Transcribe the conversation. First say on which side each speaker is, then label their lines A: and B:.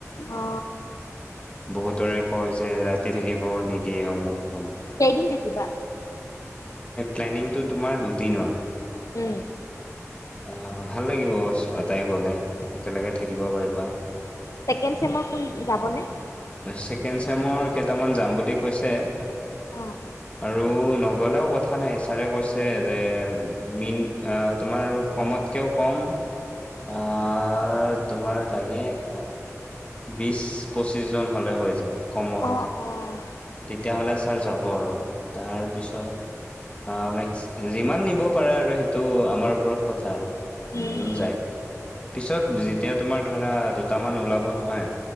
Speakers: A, on the left (about 75°); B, on the left (about 20°).
A: অ।
B: বহুতৰে কয় যে ৰাতি থাকিব নিদিয়ে অমোক
A: কেইদিন থাকিবা?
B: পেল্লেনিং টো তোমাৰ দুদিনৰ
A: উম
B: অ ভাল লাগিব ছটাই গ'লে একেলগে থাকিব পাৰিবা।
A: চিকেন চেমৰ কোন যাবনে?
B: ছেকেণ্ড চেমৰ কেইটামান যাম বুলি কৈছে।
A: অঁ
B: আৰু নক গ'লেও কথা নাই ছাৰে কৈছে যে মিন তোমাৰ কমতকৈও কম আত তোমাৰ দাগে আ বিশ পঁচিশ পঁচিছজন হ'লে হৈ যায়। কমত
A: অঁ অঁ
B: তেতিয়াহ'লে ছাৰ যাব আৰু তাৰপিছত আ মে্স যিমান নিব পাৰে আৰু সেইটো আমাৰ ওপৰত কথা আৰু
A: উম
B: জুন যায় পিছত যেতিয়া তোমাৰ ধৰা দুটামান ওলাব নহয়